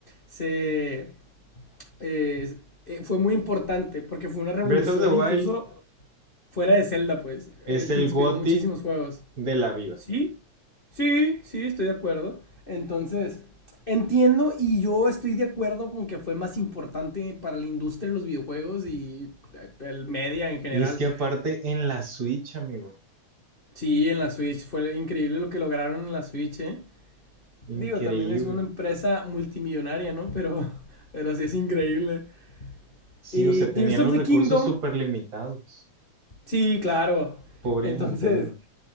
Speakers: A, on the left; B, on the right.
A: se, eh, eh, fue muy importante, porque fue una revolución
B: Breath of the Wild
A: incluso fuera de Zelda, pues,
B: es
A: eh,
B: el
A: inspiró
B: GOTY
A: muchísimos juegos.
B: de la vida.
A: Sí, sí, sí, estoy de acuerdo. Entonces, entiendo y yo estoy de acuerdo con que fue más importante para la industria de los videojuegos y eh, el media en general.
B: Y es que aparte en la Switch, amigo,
A: Sí, en la Switch fue increíble lo que lograron en la Switch, ¿eh?
B: increíble.
A: Digo, también es una empresa multimillonaria, ¿no? Pero, <laughs> pero sí es increíble.
B: Sí,
A: Y
B: o sea, tenían
A: Tears of
B: los
A: the
B: recursos
A: Kingdom,
B: súper limitados.
A: sí, claro.
B: Pobre
A: Entonces,
B: Nintendo.